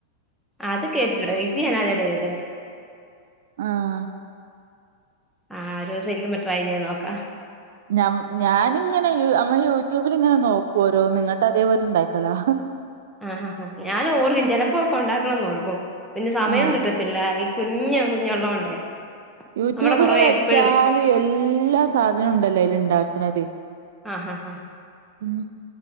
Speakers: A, in the centre; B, on the right (about 70°).
A: അത് കേട്ട്ട്ട് ണ്ട്, ‌ ഇത് ഞാൻ ആദ്യായിട്ട കേക്ക്ന്നെ.
B: ആഹ്
A: ആഹ് ഒരൂസിരിക്കുമ്പ ട്രൈ ചെയ്ത് നോക്കാ.
B: ഞ്ഞം ഞാന്ങ്ങനെ ഈ അമ്മള് യൂട്യൂബ് ല്ങ്ങനെ നോക്കു ഒരോന്ന്, ങ്ങട്ടതേപോലെ ഇണ്ടാക്കലാ.
A: ആഹ് ആഹ് ആഹ് ഞാനും ഓർ ചെലപ്പോക്കെണ്ടാക്കണംന്നോർക്കും. പിന്നെ സമയം
B: ആഹ്
A: കിട്ട ത്തില്ലാ, ഈ കുഞ്ഞ് കുഞ്ഞുള്ളോണ്ടേ
B: യൂട്യൂബ്ങ്ങനടിച്ചാല്
A: നമ്മുടെ പുറകെ എപ്പഴും
B: എല്ലാ സാധനോണ്ടല്ലോ അയ്ല്ണ്ടാക്ക്ണത്.
A: ആഹ് ആഹ് ആഹ്
B: ഉം